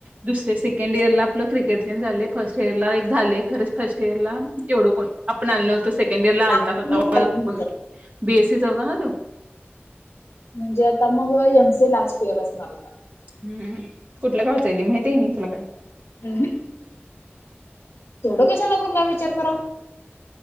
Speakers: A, on the right; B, on the left.
A: दुसरे स सेकंड इयर आपलं क्रिकेटचे झाले फर्स्ट इयरला एक झालं खरंच फर्स्ट इयर ला एवढं कोण आपण आललं नव्हतं सेकंड इयर ला आलतात
B: काय
A: होता
B: चालेल
A: बीएस ना तो
B: म्हणजे आता मग एम सी लास्ट इयर असणार होता
A: हम्म कुठल्या गावच आहे ते माहती आहे तुला काय
B: हम्म थोडं कशाला गूनावी चक कराव